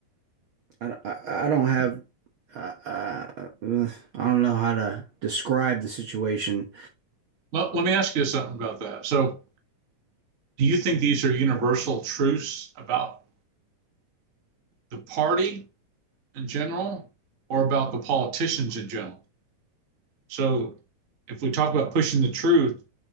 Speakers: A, on the right; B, on the right.
A: I, don't- I, I don't have uh, uh, I don't know how to describe the situation.
B: Well, let me ask you something about that. So do you think these are universal truths about the party in general or about the politicians in general? So if we talk about pushing the truth,